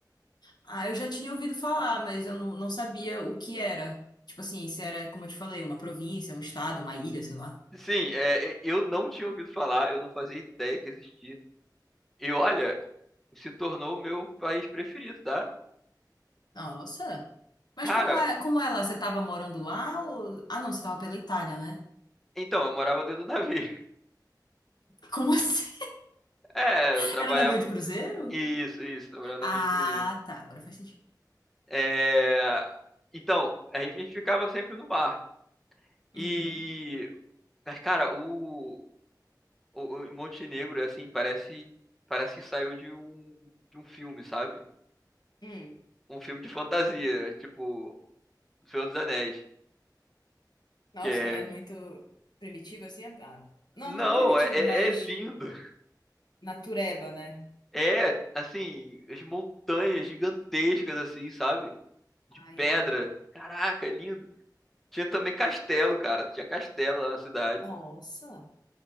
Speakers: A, on the left; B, in the centre.
A: Ah, eu já tinha ouvido falar, mas eu não, não sabia o que era. Tipo assim, se era, como eu te falei, uma província, um estado, uma ilha, sei lá.
B: Sim, é, eu não tinha ouvido falar, eu não fazia ideia que existia. E olha, se tornou o meu país preferido, tá?
A: Nossa. Mas
B: Cara,
A: como é, como é lá? Você tava morando lá ou... Ah, não, você tava pela Itália, né?
B: então, eu morava dentro do navio. <laughs>
A: Como assim?
B: É,
A: <laughs>
B: eu trabalhava.
A: Era navio de cruzeiro?
B: Isso, isso, trabalhava
A: Ah,
B: na de cruzeiro.
A: tá. Agora faz sentido.
B: É, então, a gente ficava sempre no mar. E,
A: Uhum.
B: mas, cara, o, o, o Montenegro, assim, parece, parece que saiu de um, de um filme, sabe?
A: Hum.
B: Um filme de fantasia, tipo O Senhor dos Anéis,
A: Nossa,
B: que
A: é
B: é.
A: muito primitivo assim? Ah, não,
B: Não,
A: não primitivo,
B: é, é
A: mas
B: é lindo.
A: natureba, né?
B: É, assim, as montanhas gigantescas, assim, sabe? de
A: Ai,
B: pedra.
A: amo.
B: Caraca, é lindo. Tinha também castelo, cara. Tinha castelo lá na cidade.
A: Nossa.